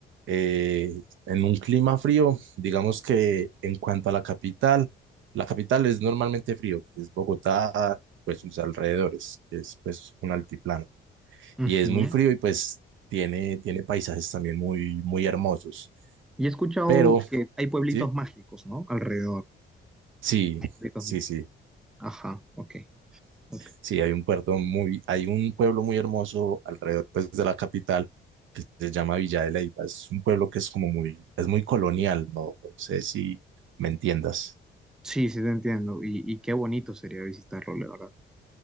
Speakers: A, on the right (about 75°); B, in the centre.
A: eh, en un clima frío, digamos que en cuanto a la capital, la capital es normalmente frío, que es Bogotá, pues sus alrededores, que es pues un altiplano.
B: Ujú,
A: Y es
B: ujú.
A: muy frío y pues tiene, tiene paisajes también muy, muy hermosos.
B: Y he escuchado
A: Pero,
B: que hay pueblitos
A: sí,
B: mágicos, ¿no? Alrededor.
A: sí,
B: Pueblitos
A: sí,
B: má-
A: sí.
B: Ajá, ok. ok.
A: Sí, hay un puerto muy, hay un pueblo muy hermoso alrededor pues de la capital que se llama Villa de Leyva. Es un pueblo que es como muy, es muy colonial, no sé si me entiendas.
B: Sí, sí te entiendo. Y, y qué bonito sería visitarlo, la verdad.